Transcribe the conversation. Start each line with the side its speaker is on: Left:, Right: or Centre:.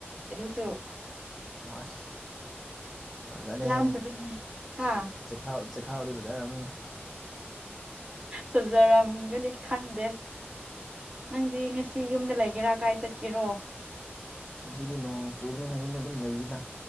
Right: ꯁꯨ
Centre: ꯑꯁ ꯐꯖꯅꯦ
Right: ꯂꯥꯝꯗꯕꯒꯤꯅꯦ ꯍꯥ
Centre: ꯆꯈꯥꯎ ꯆꯤꯈꯥꯎꯗꯤ ꯐꯖ ꯊꯖꯔꯝꯅꯤ
Right: ꯐꯖꯔꯝꯒꯅꯤ ꯈꯪꯗꯦ ꯅꯪꯗꯤ ꯉꯁꯤ ꯌꯨꯝꯗ ꯂꯩꯒꯦꯔꯥ ꯀꯥꯏ ꯆꯠꯀꯦꯔꯣ
Centre: ꯉꯁꯤꯗꯤ ꯅꯣꯡ ꯆꯨꯕꯅ ꯌꯨꯝꯗ ꯑꯗꯨꯝ ꯂꯩꯔꯤꯗ